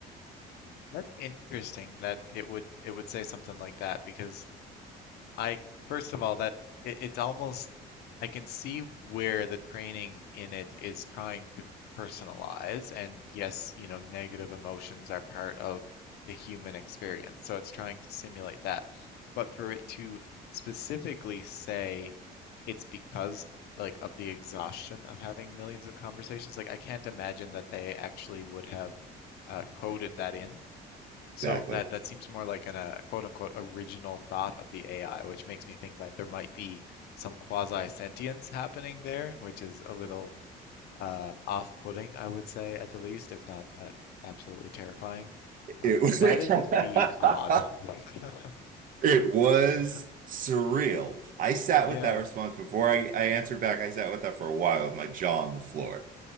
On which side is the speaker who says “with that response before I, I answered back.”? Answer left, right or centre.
Right